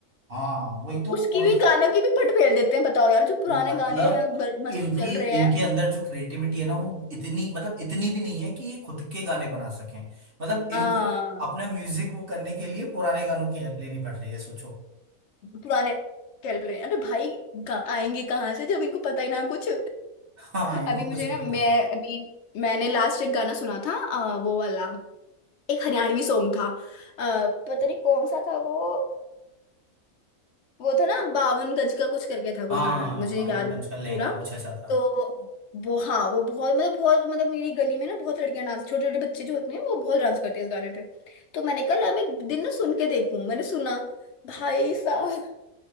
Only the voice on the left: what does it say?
उसकी
भी गानों की भी फट फेर देते हैं बताओ यार जो पुराने
गाने हैं बड़े
मस्त चल रहे
हैं
हाँ
पुराने चल रहे हैं अरे भाई गा- आएंगे कहाँ से जब इनको पता ही ना कुछ
अभी मुझे
ना
मैं
अभी मैंने लास्ट एक गाना सुना था अ, वो वाला एक हरियाणवी सॉन्ग था अ, पता नहीं कौन सा था वो वो था ना बावन गज का कुछ करके था कोई
गाना मुझे
याद है
पूरा
तो वो हाँ वो बहुत मतलब बहुत मतलब मेरी गली में ना बहुत लड़कियां डांस छोटे छोटे बच्चे जो होते हैं वो बहुत डांस करते हैं इस गाने पे तो मैंने कहा "ला, मैं एक दिन ना सुन के देखूं मैंने सुना भाई साहब